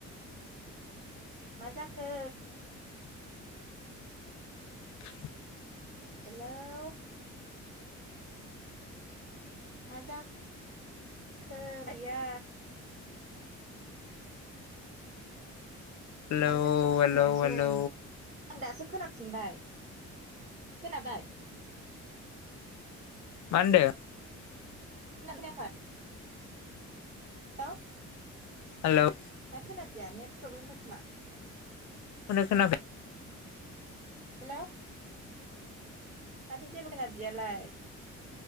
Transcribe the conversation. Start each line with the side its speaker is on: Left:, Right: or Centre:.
Right: मा जाखो?
Left: <inaudible>
Right: हेलौ मा जाखो गैया
Left: हेलौ
Right: ना जोंसो खोनायासै
Left: हेलौ हेलौ
Right: आं दासो खोनाफिनबाय खोनाबाय?
Left: मा होनदो?
Right: <unintelligible> <unintelligible>
Left: हेल'
Right: खोनादिया नेट प्रब्लेम <unintelligible>
Left: <unintelligible> खोनाबाय
Right: <inaudible> हेल' माथो जेबो खोनादियालाय